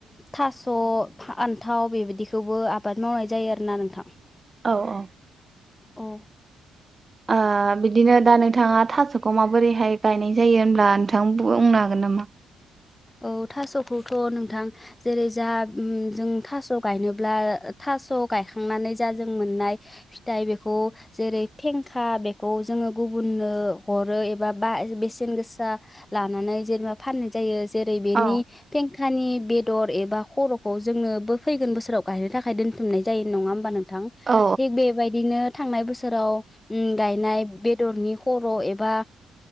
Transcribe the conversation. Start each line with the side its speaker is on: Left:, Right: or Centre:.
Left: थास', फान्थाव बेबायदिखौबो आबाद मावनाय जायो आरोना नोंथां।
Right: औ औ
Left: औ
Right: ओ बिदिनो दा नोंथाङा थास'खौ माबोरैहाय गायनाय जायो होनब्ला नोंथां बुंनो हागोन नामा?
Left: औ थास'खौथ' नोंथां जेरै जा जों थास' गायनोब्ला ओ थास' गायखांनानै जा जों मोननाय फिथाइ बेखौ जेरै फेंखा बेखौ जोङो गुबुननो हरो एबा बा बेसेन गोसा लानानै जेनेबा फाननाय जायो। जेरै बेनि
Right: औ
Left: फें- खानि बेदर एबा खर'खौ जोंनो बो फैगोन बोसोराव गायनो थाखाय दोनथुमनाय जायो नङा होमबा नों- थां
Right: औ
Left: थिग बेबायदिनो थांनाय बोसोराव उम गायनाय बेदरनि खर' एबा